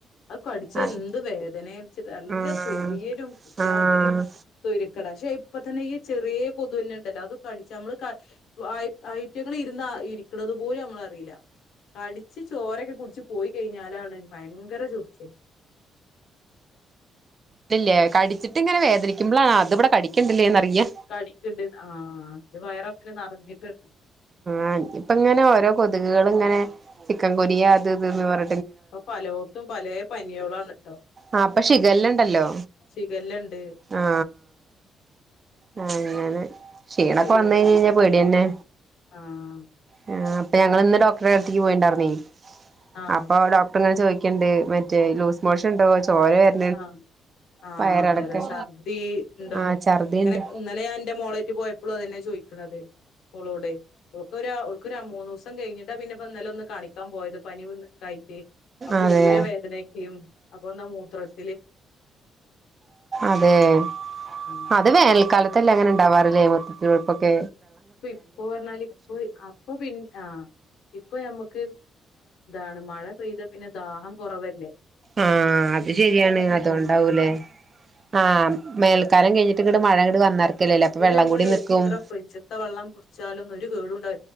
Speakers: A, on the left; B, on the right.
A: അത് കടിച്ച
B: ആഹ്
A: എന്ത് വേധനേ നല്ല
B: ആഹ്
A: ചൊറിയലും ഒര്ജാതി
B: ആഹ്
A: ഒര് തൊയ്രക്കേട പക്ഷെ ഇപ്പ തന്നെ ഈ ചെറിയ കൊതുന്നെ ണ്ടല്ലോ അത് കടിച്ച അമ്മ്ള് ക വായ് ഐറ്റങ്ങള് ഇര്ന്ന ഇരിക്കണത് പോലു ഞമ്മളറീല കടിച്ച് ചോരക്കെ കുട്ച്ച് പോയി കഴിഞ്ഞാലാണ് ഭയങ്കര ചൊർച്ചില്
B: ത് ല്ലേ കടിച്ചിട്ട് ങ്ങനെ വേധനിക്ക്മ്പ്ളാ ആ അത് ഇവിടെ കടിക്ക്‌ണ്ട്ല്ലേന്ന്റിയ
A: കടിക്ക്‌ണ്ട്ന്ന് ആ ത് വയറപ്പനെ നറഞ്ഞിട്ട്ണ്ടാവും
B: ആ ഞ്ഞിപ്പ ങ്ങനെ ഓരോ കൊത്ക്കള്ങ്ങനെ ചിക്കൻ കൊനിയ അത് ത് ന്ന് പർ
A: ഇപ്പൊ പലോർത്തും പലേ പനിയളാണ്ട്ട്ടോ
B: ആ പ്പ ഷിഖല്ലണ്ടല്ലോ
A: ശിഖല്ലണ്ട്
B: ആ ആ അങ്ങനെ ക്ഷീണൊക്കെ
A: നല്ല പേടി
B: വന്നയ്ഞ്ഞ പേടിന്നെ.
A: ആഹ്
B: ആ അപ്പൊ ഞങ്ങള്ന്ന് ഡോക്ടറെ അടുത്തേക്ക് പോയിണ്ടാരുന്നേയ്
A: ആഹ്
B: അപ്പൊ ഡോക്ടർ ങ്ങനെ ചോയ് ക്ക്‌ണ്ട് മറ്റേ ലൂസ് മോഷൻ ണ്ടോ ചോര <unintelligible>
A: ആ ആ
B: വയറിളക്കം
A: അതെ അതെ ശർദ്ധി ഇണ്ടോ
B: ആഹ് ഛർദിണ്ട്
A: അങ്ങനെക്കെ ഇന്നലെ ഞാൻ ന്റെ മോളേയ്റ്റ് പോയപ്പളും അതെന്നെ ചോയ്ക്ക്‌ണത് മളോടെയ് ഓൾക്കോരോ ഓൾക്കൊരാ മൂന്നൂസം കഴ്ഞ്ട്ടാ പിന്നെ പ്പ ന്നെലൊന്ന് കാണി ക്കാൻ പോയത് പനി വന്ന്ക്കായ്റ്റേയ് അപ്പൊ
B: അതെ
A: ഊര വേധനയ്ക്കയും അപ്പൊന്ന മൂത്രട്
B: അതെ അപ്
A: ഉം.
B: അത് വേനൽക്കാലത്തല്ലേ അങ്ങനെ ണ്ടാവാറില്ലേ മൂത്രത്തിൽ പഴ്പ്പൊക്കെ
A: ഇപ്പൊ ഇപ്പൊ പറഞ്ഞാല് ഇപ്പൊ അപ്പൊ പിന്നെ ആ ഇപ്പൊ ഞമ്മുക്ക് താണ് മഴ പെയ്താ പിന്നെ ദാഹം കുറവല്ലേ?
B: ആ അത് ശരിയാണ് അതുകൊണ്ട് ണ്ടാവും ലേ ആ മേൽക്കാലം കഴ്ഞ്ഞിട്ട് ങ്ങ്ട് മഴ വന്നാർക്കല്ലേല്ലേ
A: മറ്റേത്
B: അപ്പൊ വെള്ളം
A: നമ്മള്
B: കൂടി നിക്കും
A: എത്ര ഫ്രിഡ്ജത്തെ വെള്ളം കുട്ച്ചാലും ഒരു കേടുണ്ടാ